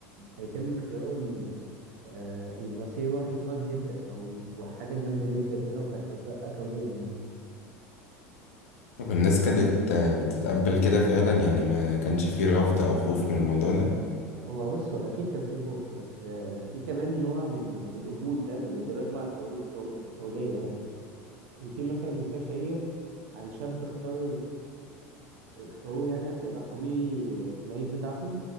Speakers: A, on the right (about 60°); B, on the left (about 65°).
A: هيتم اختياره آه، الممثل روحي خاص جدا او حاجه جامده جدا كده وكان هيترقى كونيا يعني
B: طب الناس كانت آه، بتتقبل كده فعلا يعني ما كانش فيه رفض او خوف من الموضوع ده
A: هو بص هو اكيد كان فيه خوف بس آه، في كمان نوع من من القبول فاهم والاندماج مع القوانين الكوم- الكونيه يعني يعني في مثلا مثال شهير عن شاب اختار اختاروه يعني عشان يضحوا بيه في العيد بتاعهم